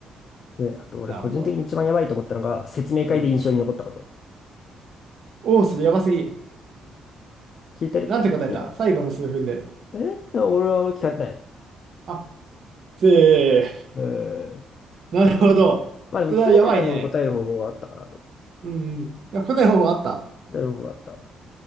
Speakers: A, on the left (about 55°); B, on the right (about 60°).
A: で、あと俺個人的に一番やばいと思ったのが、
B: なるほど。
A: 説明会で印象に残ったこと。
B: うん。おお、それやばすぎ。
A: 聞いてる聞いてない。
B: なんて答えた最後の数分で。
A: えー俺は聞かれてない。
B: あ、せ
A: えー、
B: ー。なるほど。
A: まあでも聞かれたために答える方法があったかなと。
B: それはやばいね。うん、うん。いや、答え方法あった。
A: だいぶあった。